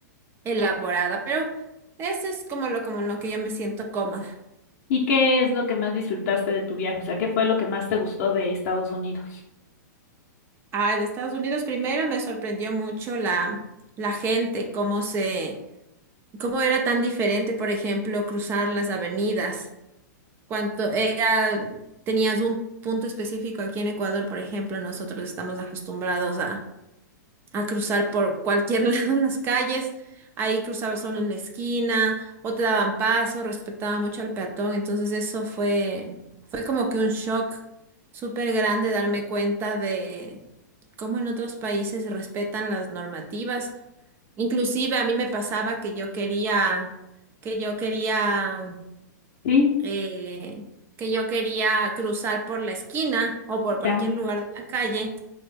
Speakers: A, on the right; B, on the left.
A: elaborada, pero eso es como lo, como lo que yo me siento cómoda.
B: ¿Y qué es lo que más disfrutaste de tu viaje? O sea, ¿qué fue lo que más te gustó de Estados Unidos?
A: Ah, de Estados Unidos primero me sorprendió mucho la, la gente, cómo se, cómo era tan diferente, por ejemplo, cruzar las avenidas. Cuanto era, tenías un punto específico aquí en Ecuador, por ejemplo, nosotros estamos acostumbrados a a cruzar por cualquier <laughs> lado en las calles. Ahí cruzaba solo en la esquina, o te daban paso, respetaba mucho al peatón. Entonces eso fue, fue como que un shock súper grande darme cuenta de cómo en otros países respetan las normativas. Inclusive a mí me pasaba que yo quería, que yo quería,
B: Sí,
A: eh, que yo quería cruzar por la esquina o por cualquier
B: ya.
A: lugar de la calle